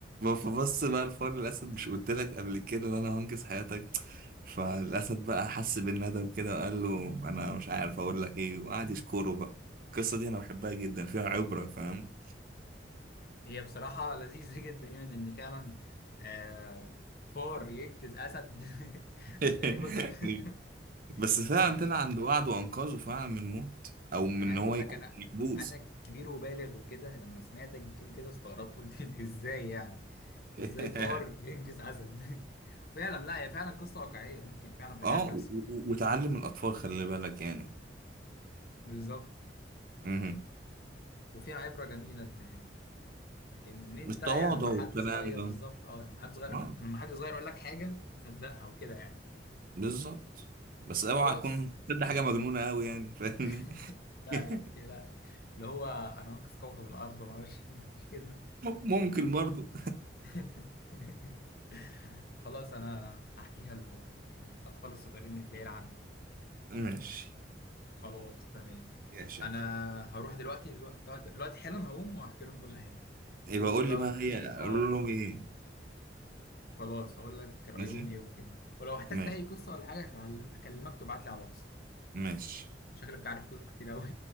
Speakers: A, on the right; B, on the left.
A: فبص بقى الفار الاسد مش قلت لك قبل كده ان انا هنقذ حياتك فالاسد بقى حس بالندم كده وقال له انا مش عارف اقول لك ايه وقعد يشكره بقى القصه دي انا بحبها جدا فيها عبره فاهم
B: هي بصراحة لذيذة <laughs> جدا يعني ان فعلا آه فار ينقذ اسد <laughs>
A: <laughs>
B: غريبة جدا <laughs>
A: بس فعلا
B: بس
A: طلع عند وعد وانقذه فعلا من موت او من
B: انا
A: ان
B: عايز
A: هو
B: اقول
A: يكون
B: لك انا
A: محبوس
B: انا كبير وبالغ وكده لما سمعتك بتقول كده استغربت قلت <laughs> ازاي يعني
A: <laughs>
B: ازاي فار ينجز اسد <laughs> فعلا لا هي فعلا قصه واقعيه ممكن فعلا في
A: اه
B: الحياه تحصل
A: و- و- وتعلم الاطفال خلي بالك يعني
B: بالظبط
A: مهم.
B: وفيها عبره جميله ان ان انت
A: مش تواضع
B: يعني لما
A: والكلام
B: حد صغير
A: ده
B: بالظبط اه لما حد صغير يقول
A: آه.
B: لما حد صغير يقول لك حاجه تصدقها وكده يعني
A: بالظبط بس اوعى
B: خلاص
A: اكون تصدق حاجه مجنونه قوي يعني فاهمني
B: <laughs> لا
A: <laughs>
B: لا ما تقلقش اللي هو انا هنقذ كوكب الارض ما اعرفش <laughs> مش كده
A: ممكن برضو
B: <laughs> خلاص انا هحكيها لل- للاطفال الصغيرين اللي في العيله عندي
A: <laughs> ماشي
B: خلاص تمام
A: ماشي
B: انا
A: يا عم
B: هروح دلوقتي دلوقتي, دلوقتي حالا هقوم وهحكي لهم كل حاجه
A: يبقى
B: ولو
A: قول لي بقى
B: في
A: هي
B: اه
A: قول لهم ايه
B: خلاص هقول لك رايهم
A: ماشي
B: ايه وكده ولو احتجت
A: ماشي
B: اي قصه ولا حاجه هكلم- هكلمك تبعت لي على الواتس
A: ماشي
B: شكلك عارف قصص كتير قوي